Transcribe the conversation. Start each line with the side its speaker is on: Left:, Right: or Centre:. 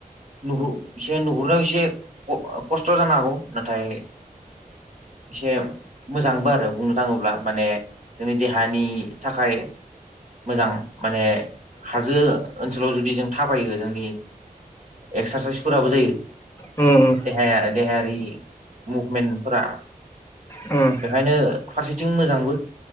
Right: न एसे नुहुरनायाव एसे खस्थ' जानो हागौ नाथाय एसे मोजांबो आरो बुंनो थाङोब्ला माने दिै देहानि थाखाय मोजां माने हाजो ओनसोलाव जुदि जों थाबायो जोंनि एक्सारसाइसफोराबो जायो।
Left: उम उम।
Right: देह देहायारि मुभमेन्टफोरा
Left: उम।
Right: ओंखायनो फारसेथिं मोजांबो